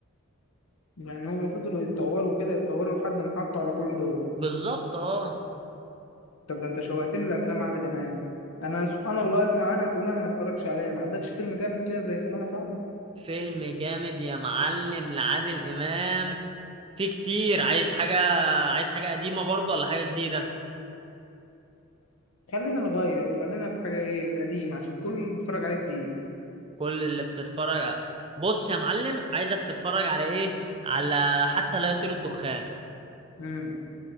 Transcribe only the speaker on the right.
بالظبط اه
فيلم جامد يا معلم لعادل إمام في كتير عايز حاجة عايز حاجة قديمة برضو ولا حاجة جديدة
كل اللي بتتفرج بص يا معلم عايزك تتفرج على ايه على حتى لا يطير الدخان